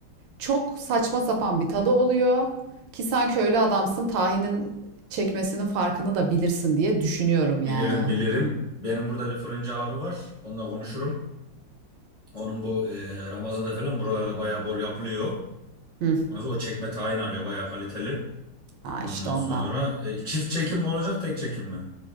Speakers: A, on the right; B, on the left.
A: Çok saçma sapan bir tadı oluyor ki sen köylü adamsın tahinin çekmesinin farkını da bilirsin diye düşünüyorum yani.
B: Bilirim bilirim. Benim burada bir fırıncı abi var. Onunla konuşurum. Onun bu e, Ramazan'da falan buralarda bayağı bol yapılıyor.
A: Hı,
B: Ondan sonra o çekme tayin alıyor bayağı kaliteli.
A: ha
B: Ondan
A: işte ondan.
B: sonra e, çift çekim mi olacak tek çekim mi?